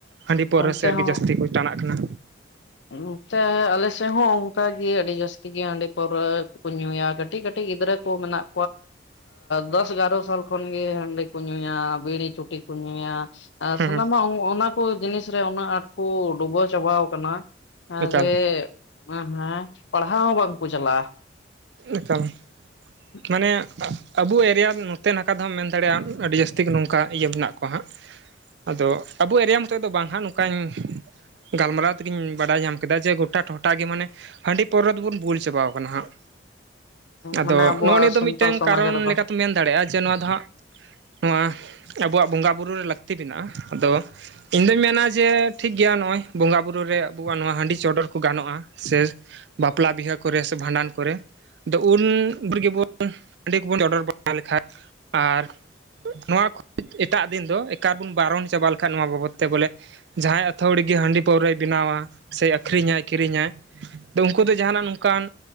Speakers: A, on the right; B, on the left.
A: ᱦᱟᱺᱰᱤ ᱯᱟᱹᱣᱨᱟᱹ
B: ᱚᱱᱛᱮ
A: ᱥᱮᱫ ᱨᱮᱜᱮ
B: ᱦᱚᱸ
A: ᱡᱟᱹᱥᱛᱤ ᱠᱚ ᱴᱟᱱᱟᱜ ᱠᱟᱱᱟ
B: ᱱᱚᱛᱮ ᱟᱞᱮ ᱥᱮᱫ ᱦᱚᱸ ᱚᱱᱠᱟ ᱜᱮ ᱟᱹᱰᱤ ᱡᱟᱹᱥᱛᱤ ᱜᱮ ᱦᱟᱺᱰᱤ ᱯᱟᱹᱨᱣᱟᱹ ᱠᱚ ᱧᱩᱭᱟ ᱠᱟᱹᱴᱤᱡ ᱠᱟᱹᱴᱤᱡ ᱜᱤᱫᱽᱨᱟᱹ ᱠᱚ ᱢᱮᱱᱟᱜ ᱫᱚᱥ ᱮᱜᱟᱨᱚ ᱥᱟᱞ ᱠᱷᱚᱱ ᱜᱮ ᱦᱟᱺᱰᱤ ᱠᱚ ᱧᱩᱭᱟ ᱵᱤᱲᱤ ᱪᱩᱴᱤ ᱠᱚ ᱧᱩᱭᱟ
A: ᱦᱮᱸ
B: ᱥᱟᱱᱟᱢᱟᱜ
A: ᱦᱮᱸ
B: ᱚᱱᱟ ᱠᱚ ᱡᱤᱱᱤᱥ ᱨᱮ ᱩᱱᱟᱹᱜ ᱟᱸᱴ ᱠᱚ ᱰᱩᱵᱟᱹᱣ ᱪᱟᱵᱟ ᱟᱠᱟᱱᱟ ᱦᱮᱸ
A: ᱮᱠᱟᱞ
B: ᱡᱮ ᱦᱮᱸ ᱯᱟᱲᱦᱟᱣ ᱦᱚᱸ ᱵᱟᱝᱠᱚ ᱪᱟᱞᱟᱜᱼᱟ
A: ᱮᱠᱟᱞ
B: <inaudible>
A: ᱢᱟᱱᱮ ᱟᱵᱚ ᱮᱨᱤᱭᱟ ᱱᱚᱛᱮ ᱱᱟᱠᱷᱟ ᱫᱚᱢ ᱢᱮᱱ ᱫᱟᱲᱮᱭᱟᱜᱼᱟ ᱟᱹᱰᱤ ᱡᱟᱹᱥᱛᱤ ᱜᱮ ᱱᱚᱝᱠᱟ ᱤᱭᱟᱹ ᱢᱮᱱᱟᱜ ᱠᱚᱣᱟ ᱦᱟᱸᱜ ᱟᱫᱚ ᱟᱵᱚ ᱮᱨᱤᱭᱟ ᱢᱚᱛᱚ ᱫᱚ ᱵᱟᱝ ᱦᱟᱜ ᱱᱚᱝᱠᱟᱧ ᱜᱟᱞᱢᱟᱨᱟᱣ ᱛᱮᱜᱮᱧ ᱵᱟᱰᱟᱭ ᱧᱟᱢ ᱠᱮᱫᱟ ᱡᱮ ᱜᱚᱴᱟ ᱴᱚᱴᱟᱜ ᱜᱮ ᱢᱟᱱᱮ ᱦᱟᱺᱰᱤ ᱯᱟᱹᱨᱣᱟ ᱛᱮ ᱵᱚᱱ ᱵᱩᱞ ᱪᱟᱵᱟᱣᱟᱠᱱᱟ ᱦᱟᱸᱜ ᱟᱫᱚ
B: ᱢᱟᱱᱮ ᱟᱵᱚᱣᱟᱜ
A: ᱱᱚᱜᱼᱚᱭ ᱱᱤᱛ ᱫᱚ
B: ᱥᱟᱱᱛᱟᱞ
A: ᱢᱤᱫᱴᱮᱱ
B: ᱥᱚᱢᱟᱡᱽ
A: ᱠᱟᱨᱚᱱ
B: ᱨᱮᱫᱚ
A: ᱞᱮᱠᱟᱛᱮᱢ ᱢᱮᱱ ᱫᱟᱲᱮᱭᱟᱜᱼᱟ ᱡᱮ ᱱᱚᱣᱟ ᱫᱚ ᱦᱟᱸᱜ ᱱᱚᱣᱟ ᱟᱵᱚᱣᱟᱜ ᱵᱚᱸᱜᱟ ᱵᱩᱨᱩ ᱨᱮ ᱞᱟᱹᱠᱛᱤ ᱢᱮᱱᱟᱜᱼᱟ ᱟᱫᱚ ᱤᱧ ᱫᱩᱧ ᱢᱮᱱᱟ ᱡᱮ ᱴᱷᱤᱠ ᱜᱮᱭᱟ ᱱᱚᱜᱼᱚᱭ ᱵᱚᱸᱜᱟ ᱵᱳᱨᱳ ᱨᱮ ᱟᱵᱚᱣᱟᱜ ᱱᱚᱣᱟ ᱦᱟᱺᱰᱤ ᱪᱚᱰᱚᱨ ᱠᱚ ᱜᱟᱱᱚᱜᱼᱟ ᱥᱮ ᱵᱟᱯᱞᱟ ᱵᱤᱦᱟᱹ ᱠᱚᱨᱮ ᱥᱮ ᱵᱷᱟᱸᱰᱟᱱ ᱠᱚᱨᱮ ᱟᱫᱚ ᱩᱱ ᱨᱮᱜᱮ ᱵᱚᱱ ᱦᱟᱺᱰᱤ ᱠᱚᱵᱚᱱ ᱪᱚᱰᱚᱨ ᱵᱟᱲᱟ ᱞᱮᱠᱟᱱ ᱟᱨ ᱱᱚᱣᱟ ᱠᱚ ᱮᱴᱟᱜ ᱫᱤᱱ ᱫᱚ ᱮᱠᱟᱨ ᱵᱚᱱ ᱵᱟᱨᱚᱱ ᱪᱟᱵᱟ ᱞᱮᱠᱷᱟᱡ ᱱᱚᱣᱟ ᱵᱟᱵᱚᱫᱽ ᱛᱮ ᱵᱚᱞᱮ ᱡᱟᱦᱟᱸᱭ ᱟᱹᱛᱲᱤ ᱜᱮ ᱦᱟᱺᱰᱤ ᱯᱟᱹᱣᱨᱟᱹᱭ ᱵᱮᱱᱟᱣᱟ ᱥᱮ ᱟᱠᱷᱨᱤᱧᱟᱭ ᱠᱤᱨᱤᱧᱟᱭ ᱛᱚ ᱩᱱᱠᱩ ᱫᱚ ᱡᱟᱦᱟᱱᱟᱜ ᱱᱚᱝᱠᱟᱱ